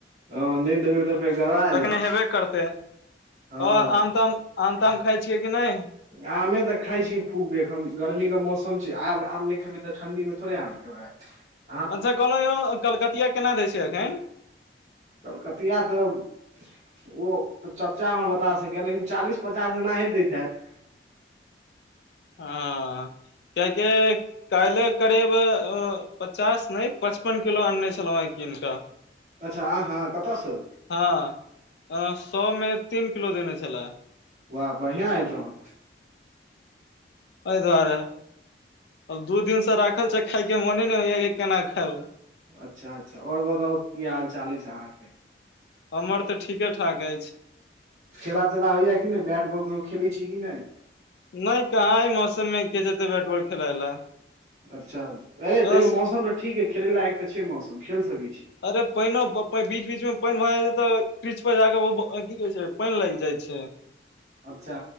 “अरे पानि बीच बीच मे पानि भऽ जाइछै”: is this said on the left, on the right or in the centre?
Left